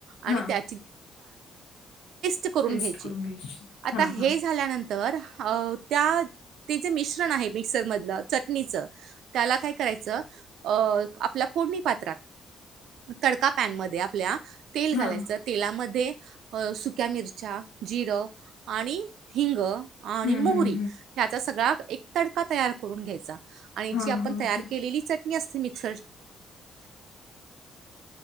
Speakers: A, on the right; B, on the left.
A: आणि
B: हा
A: त्या बकून
B: पेस्ट
A: घ्या
B: करून घ्यायची
A: आ
B: हा
A: हे
B: हा
A: झाल्यानंतर त्या ते जे मिश्रण आहे मिक्सर मधलं चटणीच त्याला काय करायचं अ आपल्या फोडणी पात्रात तडका पॅनमध्ये आपल्या तेल
B: हम्म हम्म
A: घालायचं तेलामध्ये सुक्या मिरच्या जिरं आणि हिंग आणि
B: हा
A: मोहरी
B: हम्म हम्म
A: ह्याचा सगळा एक तडका तयार करून घ्यायचा आणि
B: हम्म हा
A: जी आपण
B: हा
A: तयार
B: हा
A: केलेली चटणी असते म घ <unintelligible>